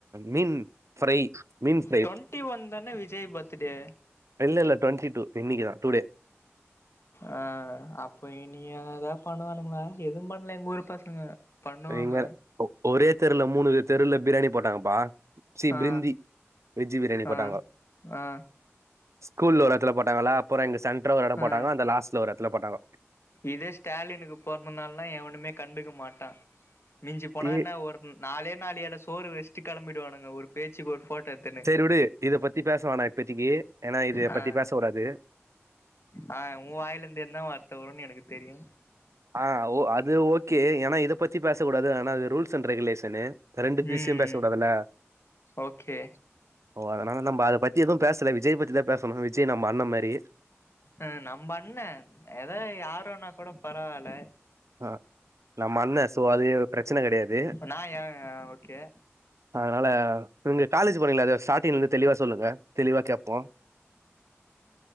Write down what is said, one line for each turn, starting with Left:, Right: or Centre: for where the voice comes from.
Right: மீன் ஃப்ரை மீன் ஃப்ரை
Left: ட்வெண்ட்டி ஒன் தான விஜய் பர்த்டே
Right: இல்லல்ல ட்வெண்டி டூ இன்னைக்கு தா டுடே
Left: ஆ அப்ப இனி எதாத பண்ணுவானுங்களா எதும் பண்ல எங் ஊர் பசங்க பண்ணுவாங்க
Right: நீங்க வேற ஒ ஒரே தெருல மூணு வீதி தெருல பிரியாணி போட்டாங்கப்பா சி
Left: ஆ
Right: பிரிந்தி வெஜ் பிரியாணி
Left: ஆ
Right: போட்டாங்கோ
Left: ஆ
Right: ஸ்கூல்ல ஒரு எடத்துல போட்டாங்கலா அப்பறோ இந்த சென்ட்ரு ஒரு எடோ
Left: ஆ
Right: போட்டாங்கோ அந்த லாஸ்ட்ல ஒரு எடத்துல போட்டாங்கோ
Left: இதே ஸ்டாலினுக்கு பொறந்த நாள்னா எவனுமே கண்டு்க்க மாட்டா மிஞ்சி போனா
Right: டே
Left: என்ன ஒரு நாலே நாலு எல சோறு வெச்சிட்டு கிளம்பிடுவானுக ஊ பேச்சுக்கு ஒரு போட்டோ எடுத்துணு
Right: சேரி விடு இத பத்தி பேச வேனா இப்பத்திக்கு ஏன்னா இத
Left: ஆ
Right: பத்தி பேச கூடாது
Left: ஆ உ வாயில இருந்து என்ன வார்த்த வரும்னு எனக்கு தெரியு
Right: ஆ ஓ அது ஓகே ஏனா இதை பத்தி பேசக் கூடாது ஏனா அது ரூல்ஸ் அண்ட் ரெகுலேஷனு ரெண்டு விஷ்யும்
Left: ம்
Right: பேச கூடாதுல்ல
Left: ஓகே
Right: ஓ அதனால நம்ப அத பத்தி எதுவும் பேசல விஜய் பத்திதா பேசணும் விஜய் நம்ம அண்ண மாரி
Left: ம் நம்ம அண்ண எதோ யாரோனா கூட பரவால
Right: ஆ நம்ம அண்ண சோ அது பிரச்சன கெடையாது
Left: நா ஏ ஓகே
Right: அதுனால நீங்க காலேஜ் போனீங்களே அ அத ஸ்டார்டிங் இருந்து தெளிவா சொல்லுங்க தெளிவா கேப்போ